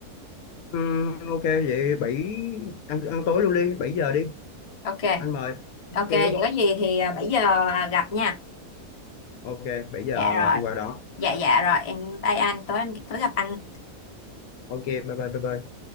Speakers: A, on the left; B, on the left.
A: Ừ, ok vậy bảy ăn ăn tối luôn đi 7 giờ đi
B: ok
A: anh mời
B: Ok,
A: ok
B: vậy có gì thì à, 7 giờ à, gặp nha.
A: ok 7 giờ
B: Dạ rồi.
A: anh qua đón
B: Dạ dạ rồi, em bye anh, tối em tối gặp anh.
A: ok bye bye bye bye